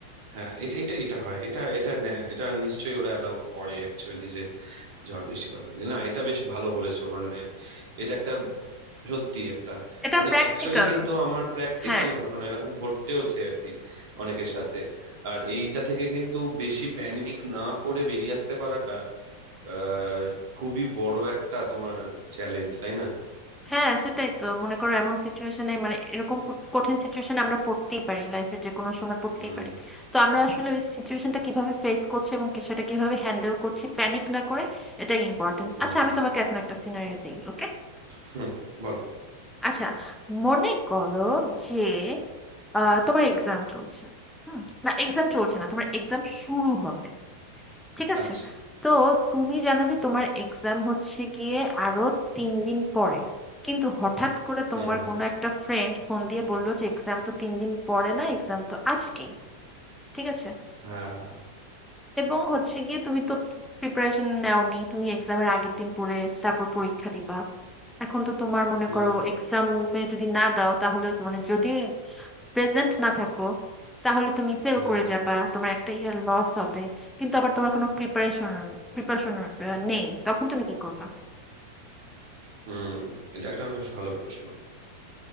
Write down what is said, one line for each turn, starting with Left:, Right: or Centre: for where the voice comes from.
Right: হ্যাঁ এটা এটা এটা হয় এটা এটা ন্যা- এটা নিশ্চয়ই ওরা অ্যালাউ করে অ্যাকচুয়ালি যে ঝড় বৃষ্টি কথা দিয়ে না এটা বেশ ভালো বলেছো মানে এটা একটা সত্যি একটা
Centre: এটা
Right: মানে
Centre: প্র্যাকটিক্যাল
Right: অ্যাকচুয়ালি কিন্তু আমার প্র্যাকটিক্যাল
Centre: হ্যাঁ
Right: ঘটনা এরকম ঘটেওছে আর কি অনেকের সাথে আর এইটা থেকে কিন্তু বেশি প্যানিক না করে বেরিয়ে আসতে পারাটা আহ খুবই বড় একটা তোমার চ্যালেঞ্জ তাই না
Centre: হ্যাঁ সেটাই তো মনে করো এমন সিচুয়েশনে মানে এরকম খুব কঠিন সিচুয়েশনে আমরা পড়তেই পারি লাইফের যে কোনো সময় পড়তেই
Right: হুম
Centre: পারি তো আমরা আসলে ওই সিচুয়েশনটা কিভাবে ফেস করছি এবং কি- সেটা কিভাবে হ্যান্ডেল করছি প্যানিক না করে এটাই ইম্পর্টেন্ট
Right: হুম
Centre: আচ্ছা আমি তোমাকে এখন একটা সিনারিও দিই ওকে
Right: হুম বল
Centre: আচ্ছা মনে করো যে আহ, তোমার এক্সাম চলছে হুম না এক্সাম চলছে না তোমার এক্সাম শুরু হবে ঠিক আছে
Right: আচ্ছা
Centre: তো তুমি জানো যে তোমার এক্সাম হচ্ছে গিয়ে আরো তিন দিন পরে কিন্তু হঠাৎ করে তোমার
Right: হুম হুম
Centre: কোনো একটা ফ্রেন্ড ফোন দিয়ে বললো যে এক্সাম তো তিন দিন পরে না এক্সাম তো আজকেই ঠিক আছে
Right: হ্যাঁ
Centre: এবং হচ্ছে গিয়ে তুমি তো প্রিপারেশন নেওনি তুমি এক্সামের আগের দিন পরে তারপর পরীক্ষা দিবা এখন তো তোমার মনে
Right: হুম
Centre: করো এক্সামে যদি না দাও তাহলে মানে যদি প্রেজেন্ট না থাকো তাহলে তুমি ফেল
Right: হুম
Centre: করে যাবা তোমার একটা ইয়ার লস হবে কিন্তু আবার তোমার কোনো প্রিপারেশন প্রিপারেশন নেই তখন তুমি কি করবা
Right: হুম এটা একটা বেশ ভালো প্রশ্ন